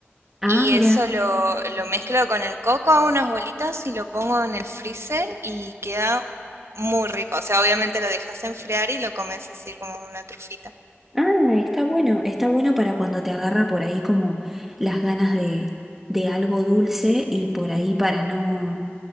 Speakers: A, in the centre; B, on the right.
A: Ah,
B: Y
A: mira.
B: eso lo, lo mezclo con el coco, hago unas bolitas y lo pongo en el freezer y queda muy rico. O sea, obviamente lo dejas enfriar y lo comes así como una trufita.
A: Ah, está bueno. Está bueno para cuando te agarra por ahí como las ganas de, de algo dulce y por ahí para no,